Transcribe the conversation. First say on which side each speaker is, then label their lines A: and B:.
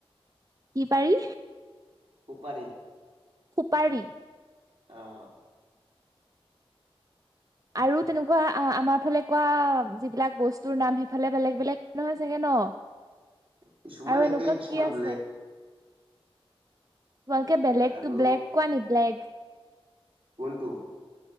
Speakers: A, on the right; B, on the right.
A: কি পাৰি?
B: উপাৰি।
A: সুপাৰী।
B: অহ'।
A: আৰু তেনেকুৱা আমাৰ ফালে কোৱা যিবিলাক বস্তুৰ নাম সেইফালে বেলেগ বেলেগ নহয় চাগে ন। অ'
B: কিছুমান
A: আৰু
B: একে
A: এনেকুৱা
B: কিছুমান
A: কি আছে?
B: বেলেগ
A: তোমালোকে বেলেগতো
B: আৰু
A: ব্লেগ কোৱা নি? ব্লেগ।
B: কোনটো?